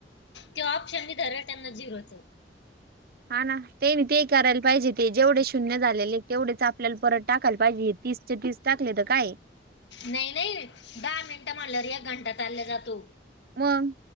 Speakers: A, on the left; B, on the right.
A: ते ऑप्शन धरल आता त्यांना झिरोच आहे.
B: हा ना ते नाही ते करायला पाहिजे ते जेवढे शून्य झालेले तेवढेच आपल्याला परत टाकायला पाहिजे तीस चे तीस टाकले तर काय
A: नाही नाही दहा मिनिटं म्हणलं रे एक घंटा चालल्या जातो.
B: मग